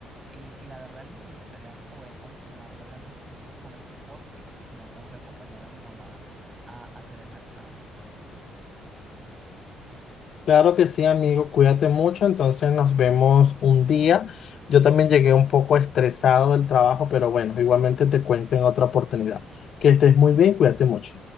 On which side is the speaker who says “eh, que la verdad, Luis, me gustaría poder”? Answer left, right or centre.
Right